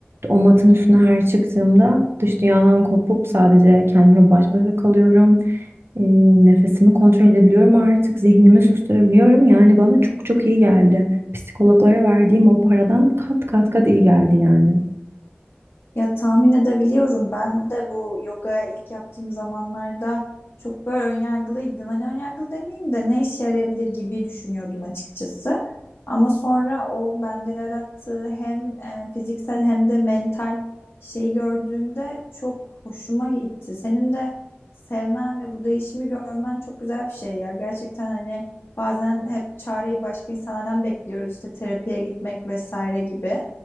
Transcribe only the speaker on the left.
Ya tahmin edebiliyorum. Ben de bu yoga ilk yaptığım zamanlarda çok böyle önyargılıydım. Hani önyargılı demeyeyim de ne işe yarayabilir gibi düşünüyordum açıkçası. Ama sonra o bende yarattığı hem e, fiziksel hem de mental şeyi gördüğümde çok hoşuma gitti. Senin de sevmen ve bu değişimi görmen çok güzel bir şey ya. Gerçekten hani bazen hep çareyi başka insanlardan bekliyoruz işte terapiye gitmek vesaire gibi.